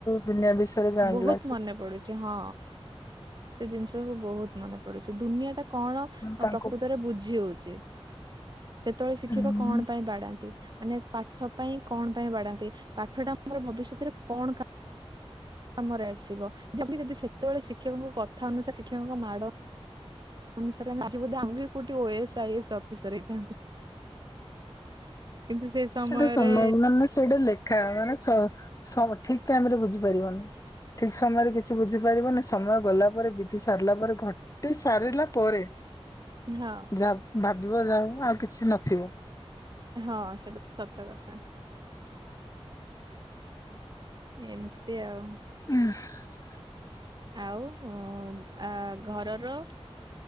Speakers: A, on the left (about 30°); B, on the right (about 45°).
A: ଦୁନିଆ ବିଷୟରେ ଜାଣିଲା
B: ବହୁତ ମନେ ପଡୁଛି ହଁ ସେ ଜିନିଷ ସବୁ ବହୁତ ମନେ ପଡ଼ୁଛି ଦୁନିଆ ଟା କଣ
A: ତାଙ୍କୁ
B: ପ୍ରକୃତରେ ବୁଝି ହଉଛି। ସେତେବେଳେ ଶିକ୍ଷକ
A: ହୁଁ
B: କଣ ପାଇଁ ବାଡ଼ାନ୍ତି? ମାନେ ପାଠ ପାଇଁ କଣ ପାଇଁ ବାଡ଼ାନ୍ତି ପାଠ ଟା ଆମର ଭବିଷ୍ୟତରେ କଣ କା କାମରେ ଆସିବ ଯେତି ଯଦି ସେତେବେଳେ ଶିକ୍ଷକଙ୍କ କଥା ଅନୁସାରେ ଶିକ୍ଷକଙ୍କ ମାଡ଼ ଅନୁସାରେ ଆଜି ବୋଧେ ଆମେ ବି କୋଉଠି ଓଏସ୍ ଆଇଏସ୍ ଅଫିସର ହେଇଥାନ୍ତୁ। କିନ୍ତୁ ସେ ସମୟରେ
A: ସେଟା ସମୟକୁ ମାନେ ସେଟା ଲେଖା ମାନେ ସ ସବୁ ଠିକ ଟାଇମ ରେ ବୁଝି ପାରିବନି, ଠିକ ସମୟରେ କିଛି ବୁଝି ପାରିବନି ସମୟ ଗଲା ପରେ ବିତି ସାରିଲା ପରେ ଘ ତୁ ସାରିଲା ପରେ।
B: ହଁ।
A: ଯାହା ଭାବିବ ଯାହା ଆଉ କିଛି ନଥିବ।
B: ହଁ, ସେଟା ତ ସତ କଥା। ଏମତି ଆଉ।
A: <unintelligible>
B: ଆଉ? ହଁ, ଆ ଘରର